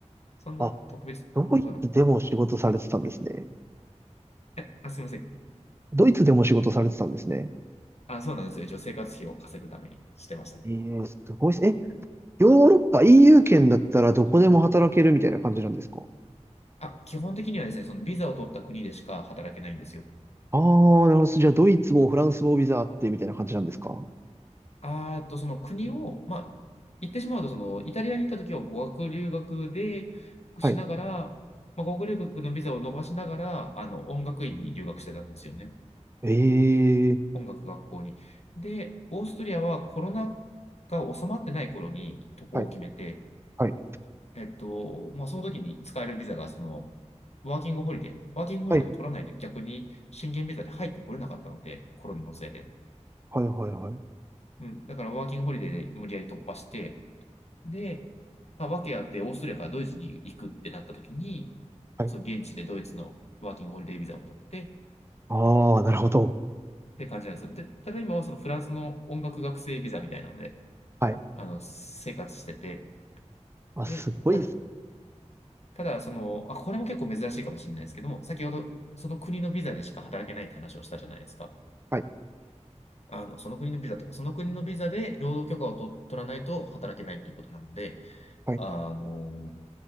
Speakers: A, on the left; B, on the right.
A: そんな特別なことはなかっ
B: あ、ドイツでも仕事されてたんですね。
A: た。えあ、すいません。
B: ドイツでも仕事されてたんですね。
A: あ、そうなんですよ。一応生活費を稼ぐためにしてましたね。
B: ええー、すごいっす。え、ヨーロッパ EU 圏だったらどこでも働けるみたいな感じなんですか
A: あ、基本的にはですね、そのビザを取った国でしか働けないんですよ。
B: ああー、なるほど。じゃあ、ドイツもフランスもビザあってみたいな感じなんですか
A: あーっと、その国を、まあ、言ってしまうと、その、イタリアに行った時は語学留学で、しながら、
B: はい。
A: まあ、語学留学のビザを伸ばしながら、あの、音楽院に留学してたんですよね。
B: ええ
A: 音楽学校に。で、オーストリアはコロナが収まってない頃に渡航を決めて、
B: はい、はい、
A: えっと、まあ、その時に使えるビザが、その、ワーキングホリデー、ワーキングホリデーを取らないと逆に、
B: はい、
A: 宣言ビザで入ってこれなかったので、コロナのせいで。
B: はい、はい、はい。
A: うん。だからワーキングホリデーで無理やり突破して、で、まあ、訳あってオーストラリアからドイツに行くってなった時に、
B: はい。
A: その現地でドイツのワーキングホリデービザを取ってっ
B: ああ、なるほど。
A: て感じなんですよ。で、ただ今はそのフランスの音楽学生ビザみたいなので、
B: はい。
A: あの、生活してて、
B: あ、
A: で、
B: すごいっす。
A: ただ、ただその、あ、これも結構珍しいかもしれないですけども、先ほどその国のビザでしか働けないって話をしたじゃないですか。
B: はい、
A: あの、その国のビザとか、その国のビザで労働許可をと取らないと働けないということなので、
B: はい。
A: あの、